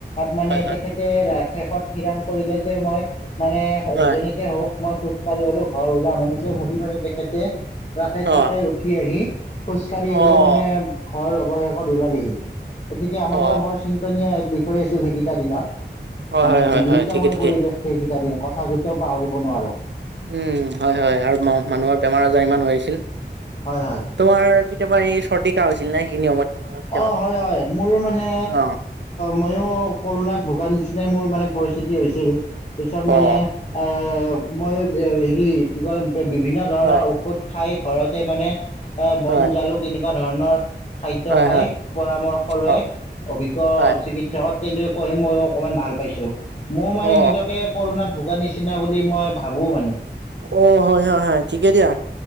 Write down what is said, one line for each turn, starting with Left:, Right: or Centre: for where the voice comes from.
Left: মানে
Right: হয় হয়
Left: তেখেতে শেষত থিৰাং কৰিলে যে মই মানে
Right: হয়
Left: যেনে কে হওক মই খোজ কঢ়ি হলেও ঘৰ ওলাম এনেকে ভাবি মানে তেখেতে ট্ৰাকে
Right: অ
Left: ট্ৰাকে উঠি আহি। খোজ কাঢ়ি
Right: অ
Left: হলেও মানে ঘৰ অৱশেষত ওলালেহি। গতিকে আমাৰ
Right: অ
Left: বাবে বৰ চি ন্তনিয় এক বিষয় আছিল সেইকেইটা দিনত
Right: হয়
Left: মানে
Right: হয় হয়
Left: বিভীষিকাময়
Right: হয় ঠিকে ঠিকে
Left: পৰিৱেশ। সেইকেইটা দিন কথা কেইটাও পাহৰিব নোৱাৰো।
Right: উম হয় হয় আৰু মানুহৰ বেমাৰ আজাৰ ইমান হৈ আছিল।
Left: হয় হয়।
Right: তোমাৰ কেতিয়াবা এই চৰ্দি কাহ হৈছিল না সেইখিনী সময়ত? কেতিয়াবা
Left: অ হয় হয় মোৰ মানে
Right: অ
Left: মইয়ো কৰোণাত ভোগা নিচিনাই মোৰ মানে পৰিস্থিতি হৈছিল পিছত মানে
Right: অ
Left: আহ মই হেৰি কি কয় বিভিন্ন ধৰণৰ
Right: হয়
Left: ঔষধ খাই ঘৰতে মানে এ বন
Right: হয়
Left: জালুক এনেকুৱা ধৰণৰ খাদ্য
Right: হয়
Left: খাই।
Right: হয়
Left: পৰামৰ্শ লৈ
Right: অ
Left: অভিজ্ঞ
Right: হয়
Left: চিকিৎসকত তেনেকৈ হে মই অকমান ভাল পাইছো। মোৰ মানে
Right: অ
Left: নিজকে কৰণাত ভোগা নিচিনা বুলি মই ভাবো মানে।
Right: অ হয় হয় হয় ঠিকে দিয়া,